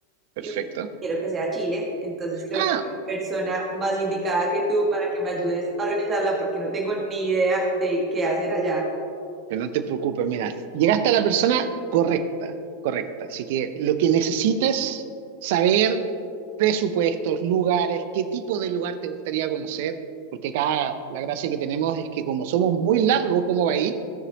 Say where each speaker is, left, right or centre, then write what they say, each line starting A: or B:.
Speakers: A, on the right; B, on the right.
A: Perfecto.
B: y quiero que sea Chile. Entonces creo
A: Ah,
B: que persona más indicada que tú para que me ayudes a organizarla porque no tengo ni idea de qué hacer allá.
A: pero no te preocupes, mira, llegaste a la persona correcta, correcta. Así que lo que necesites, saber presupuestos, lugares, qué tipo de lugar te gustaría conocer, porque acá la gracia que tenemos es que como somos muy largos como país,